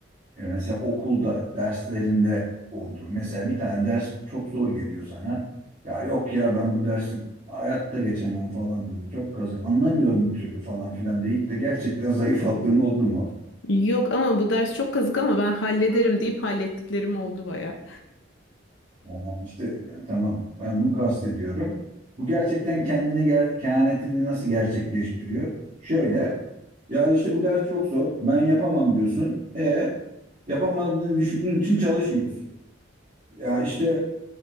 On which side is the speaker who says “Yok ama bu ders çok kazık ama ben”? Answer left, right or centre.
Left